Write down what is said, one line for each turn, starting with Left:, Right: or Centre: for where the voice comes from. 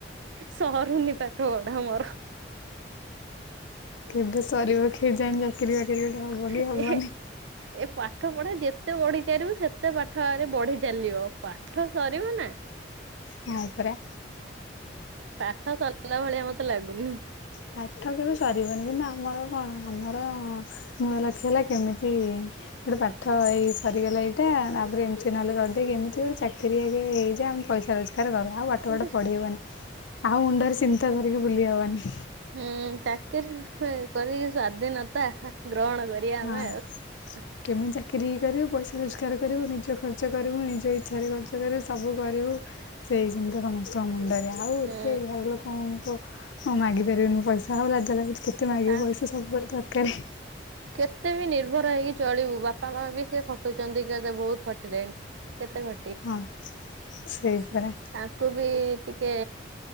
Right: ସରୁନି ପାଠ ପଢା ମୋର।
Left: କେବେ ସରିବ କେ ଜାଣି ଚାକିରୀ ବାକିରି ଗୋଟେ ହବ
Right: ମୋର।
Left: କି ହବନି?
Right: ଏ ପାଠ ପଢା ଯେତେ ବଢିଚଲିବ ସେତେ ପାଠ ଆହୁରି ବଢି ଚାଲିବ ପାଠ ସରିବ ନା।
Left: ହଁ ପରା।
Right: ପାଠ ସରିଲା ଭଳିଆ ମତେ ଲାଗୁନି।
Left: ପାଠ କେବେ ସରିବନି କିନ୍ତୁ ଆମର କଣ ଆମର ମୂଳ ଲକ୍ଷ ହେଲା କେମିତି? ଗୋଟେ ପାଠ ଏଇ ସରିଗଲା ଏଇଟା ତାପରେ ଏମ୍ ସି ନା ଲ୍ କରିଦେଇକି ଏମିତି ଗୋଟେ ଚାକିରି ଆଗେ ହେଇଯା ଆମେ ପଇସା ରୋଜ <unintelligible> ଆଉ ପାଠ
Right: ହୁଁ
Left: ଫାଟ ପଢି ହବନି ଆଉ ମୁଣ୍ଡରେ ଚିନ୍ତା ପୁରେଇକି ବୁଲି ହବନି।
Right: ହୁଁ ଚାକିରିୀ କରିିକି ସ୍ଵାଧୀନତା ଗ୍ରହଣ କର।
Left: ହଁ।
Right: <inaudible>
Left: କେମିତି ଚାକିର କରିବୁ ପଇସା ରୋଜଗାର କରିବୁ ନିଜ ଖର୍ଚ୍ଚ କରିବୁ ନିଜ ଇଚ୍ଛାରେ ବଞ୍ଚି ପାରିବୁ ସବୁ କରିବୁ। ସେଇ ଚିନ୍ତା ସମସ୍ତଙ୍କ ମୁଣ୍ଡରେ ଆ ଆଉ ଏତେ
Right: ହୁଁ
Left: ଘର ଲୋକଙ୍କୁ ମାଗି ପାରିବୁନି ପଇସା ଆଉ ଲାଜ ଲାଗୁଛି କେତେ ମାଗିବୁ
Right: ତା
Left: ପଇସା <unintelligible> ଦରକାରେ।
Right: କେତେ ବି ନିର୍ଭର ହେଇକି ଚଳିବୁ ବାପା ମା ବି ସେ ଖଟୁଛନ୍ତି କେତେ ବହୁତ୍ ଖଟିଲେଣି। କେତେ ଖଟିବେ
Left: ହଁ ସେଇ
Right: ଛି
Left: ପରା
Right: ତାଙ୍କୁ ବି ଟିକେ